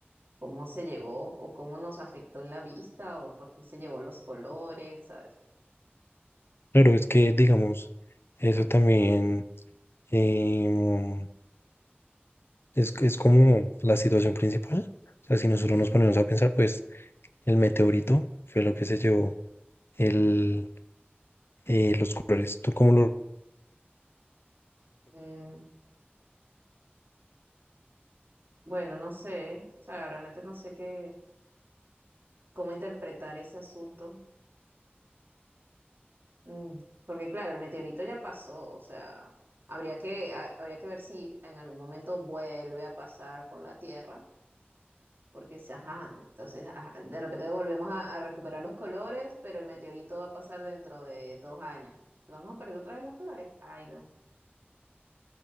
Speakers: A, on the right (about 65°); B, on the left (about 70°).
A: cómo se llevó o cómo nos afectó en la vista o por qué se llevó los colores, ¿sabes?
B: Claro, es que, digamos, eso también em, es, es como la situación principal. O sea, si nosotros
A: Sí.
B: nos ponemos a pensar, pues el meteorito fue lo que se llevó el, eh, los colores. ¿Tú cómo lo
A: Mm, bueno, no sé, o sea, realmente no sé qué, cómo interpretar ese asunto. Mm, porque claro, el meteorito ya pasó, o sea, habría que, ha- habría que ver si en algún momento vuelve a pasar por la Tierra, porque si, ajá, entonces ajá, de repente volvemos a, a recuperar los colores, pero el meteorito va a pasar dentro de dos años. ¿Vamos a perder otra vez los colores? Ay, no.